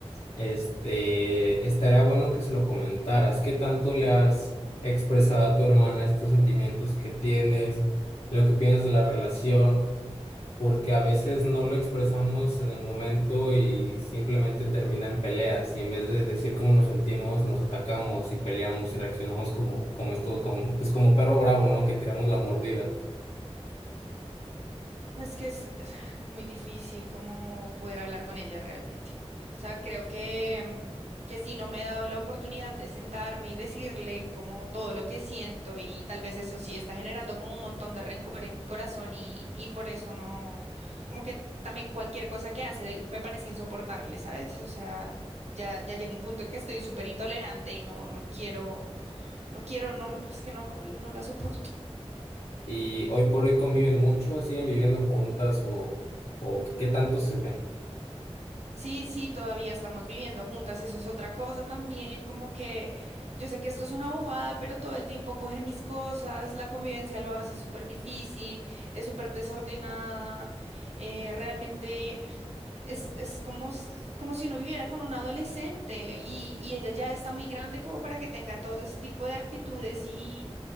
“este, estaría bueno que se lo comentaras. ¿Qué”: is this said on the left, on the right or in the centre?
Left